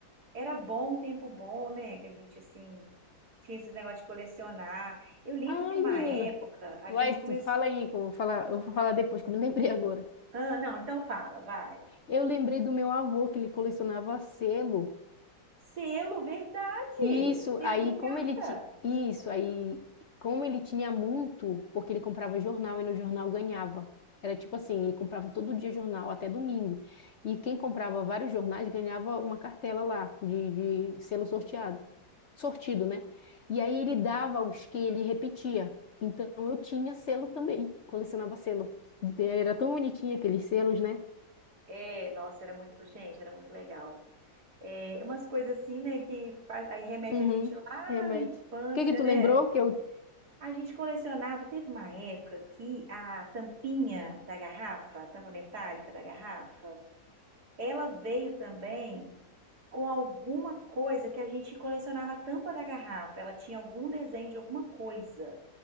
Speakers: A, on the right; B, on the left.
A: era bom, um tempo bom, né? Que a gente, assim, tinha esses negócios de colecionar. Eu lembro
B: Ai,
A: que uma
B: menina.
A: época a
B: Vai,
A: gente começou
B: tu fala aí, que eu vou falar, eu vou falar depois, que eu me <laughs> lembrei agora.
A: Ah, não, então fala, vai.
B: Eu lembrei do meu avô, que ele colecionava selo.
A: Selo, verdade.
B: Isso,
A: Selo
B: aí
A: de carta.
B: como ele ti... isso aí como ele tinha muito, porque ele comprava jornal e no jornal ganhava. Era tipo assim, ele comprava todo dia jornal até domingo. E quem comprava vários jornais ganhava uma cartela lá de, de selo sorteado, sortido, né? E aí ele dava os que ele repetia. Então eu tinha selo também, colecionava selo. Era tão bonitinho aqueles selos, né?
A: É, nossa, era muito, gente, era muito legal. É, umas coisas assim, né, que faz- aí remete
B: Uhum,
A: a gente lá
B: remédio.
A: na infância,
B: O que que tu
A: né?
B: lembrou que eu
A: A gente colecionava, teve uma época que a tampinha da garrafa, a tampa metálica da garrafa, ela veio também com alguma coisa que a gente colecionava a tampa da garrafa. Ela tinha algum desenho de alguma coisa.